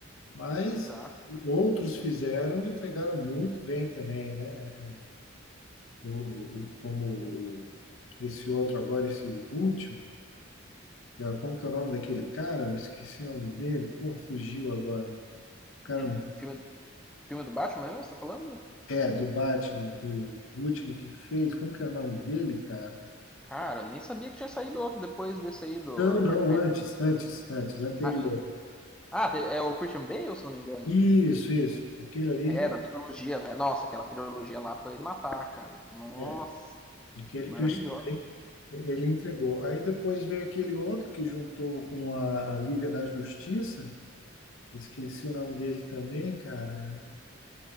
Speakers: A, on the left; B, in the centre.
A: Mas
B: exato.
A: outros fizeram e entregaram muito bem também, né? O, o- como esse outro agora, esse último, que era, como que é o nome daquele cara? Eu esqueci o nome dele. Pô, fugiu agora. O cara,
B: É, filme, filme do Batman mesmo, você tá falando?
A: é, do Batman, o último que fez. Como que é o nome dele, cara?
B: Cara, eu nem sabia que tinha saído outro depois desse aí do
A: Não,
B: Robert
A: não,
B: Pattinson.
A: antes, antes, antes, anterior.
B: Ah, antes. Ah, te- é o Christian Bale, se não me engano.
A: Isso, isso. Aquele ali,
B: É,
A: real-
B: da trilogia, né? Nossa, aquela trilogia lá foi de matar, cara. Nossa,
A: é, aquele
B: maravilhosa.
A: que o Stanley, ele entregou. Aí depois veio aquele outro que juntou com a, a Liga da Justiça, esqueci o nome dele também, cara, é,